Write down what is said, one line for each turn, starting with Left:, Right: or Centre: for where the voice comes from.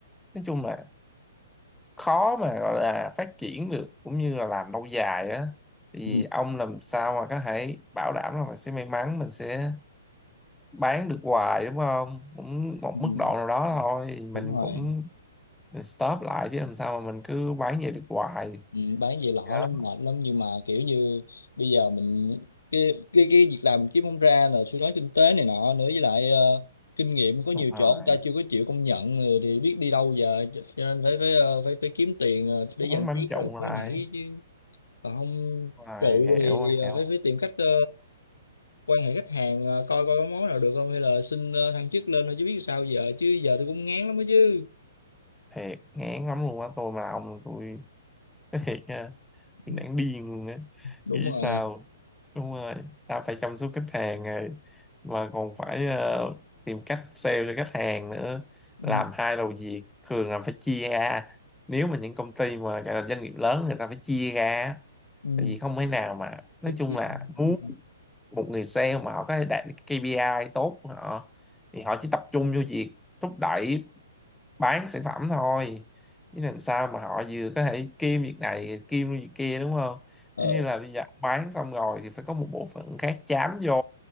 Centre: nói chung là khó mà gọi là phát triển được cũng như là làm lâu dài á thì
Left: Ừ,
Centre: ông làm sao mà có thể bảo đảm là mình sẽ may mắn mình sẽ bán được hoài đúng không cũng một
Left: ừ,
Centre: mức độ nào đó thôi
Left: đúng
Centre: mình
Left: rồi
Centre: cũng mình stop lại chứ làm sao mà mình cứ bán vậy được hoài
Left: Ừ, bán về lỏ
Centre: Thì đó
Left: lắm mệt lắm nhưng mà kiểu như bây giờ mình cái cái cái việc làm mình kiếm không ra là suy thoái kinh tế này nọ nữa với lại ờ, kinh nghiệm có
Centre: đúng
Left: nhiều
Centre: rồi
Left: chỗ người ta chưa có chịu công nhận thì, thì biết đi đâu giờ cho nên phải phải ờ, phải phải kiếm tiền ờ, để
Centre: bán
Left: dành
Centre: bám
Left: trước
Centre: trụ
Left: rồi mới
Centre: lại
Left: nhảy chứ còn không
Centre: rồi
Left: trụ
Centre: hiểu
Left: thì, thì ờ,
Centre: hiểu
Left: phải phải tìm cách ờ, quan hệ khách hàng ờ, coi coi có món nào được không hay là xin ờ, thăng chức lên thôi chứ biết sao giờ chứ giờ tôi cũng ngán lắm đó chứ
Centre: thiệt ngán lắm luôn á tôi mà là ông tôi <laughs> nói thiệt nha tôi
Left: Ừ,
Centre: đang điên luôn á
Left: đúng
Centre: nghĩ
Left: rồi
Centre: sao đúng rồi ta phải chăm sóc khách hàng rồi mà còn phải ờ, tìm cách sale cho khách hàng nữa
Left: ừ,
Centre: làm hai đầu việc thường là phải chia ra nếu mà những công ty mà gọi là doanh nghiệp lớn người ta phải chia ra á.
Left: ừ.
Centre: tại vì không thể nào mà nói
Left: Phải
Centre: chung
Left: chỉ-
Centre: là muốn
Left: ừ.
Centre: một người sale mà họ có đạt được KPI tốt của họ thì họ chỉ tập trung vô việc thúc đẩy bán sản phẩm thôi chứ làm sao mà họ vừa có thể kiêm việc này kiêm việc kia đúng không
Left: Ờ,
Centre: giống như là bây giờ ông bán xong rồi thì phải có một bộ phận khác chám vô